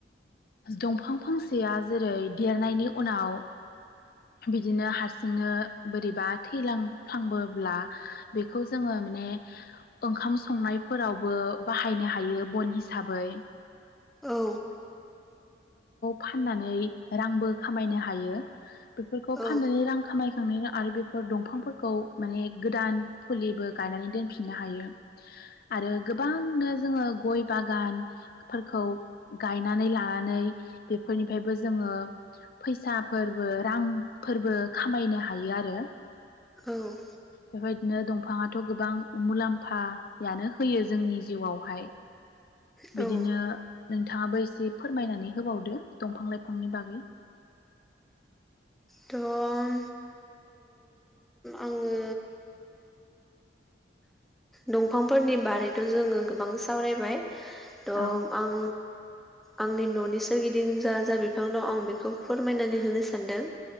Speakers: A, on the left (about 50°); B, in the centre.
A: दंफां सानसेयाव जेरै देरनायनि उनाव बिदिनो हारसिंनो बोरैबा थैलांफ्लांबोब्ला। बेखौ जोङो माने ओंखाम संनायफोरावबो बाहायनो हायो बन हिसा साबै
B: औ
A: फाननानै रांबो खामायनो हायो। बेफोरखौ
B: औ
A: फाननानै रां खामाय थांनायनि आरो बेफोर दंफांफोरखौ माने गोदान फुलिबो गायनानै दोनफिननो हायो आरो गोबांनो जोङो गय बागानफोर खौ गायनानै लानानै बेफोरनिफ्रायबो जोङो फैसाफोरबो रांफोरबो खामायनो हायो आरो।
B: औ
A: बेबायदिनो दंफाङाथ' गोबां मुलाम्फायानो होयो जोंनि जिउआवहाय।
B: औ
A: बिदिनो नोंथाङाबो एसे फोरमायनानै होबावदो दंफां लाइफांनि बागै।
B: दं आङो दंफांफोरनि बारै जोङो गोबां सावरायबाय। त'
A: औ
B: आं आंनि न'नि सोरगिदिं जा-जा बिफां दं आं बेखौ फोरमायनानै होनो सानदों।